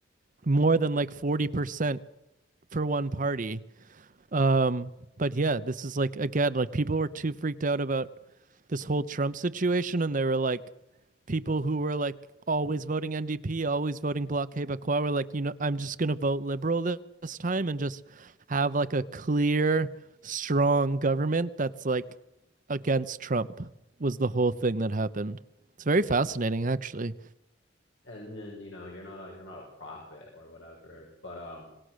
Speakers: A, on the right; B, on the left.
A: more than like 40% for one party Um, but yeah, this is like again, like people were too freaked out about this whole Trump situation, and they were like, people who were like always voting NDP, always voting Bloc Québécois, were like, you know, I'm just gonna vote liberal this, time and just have like a clear, strong government that's like against Trump. Was the whole thing that happened? It's very fascinating, actually.
B: and then you know you're not a you're not a prophet or whatever but um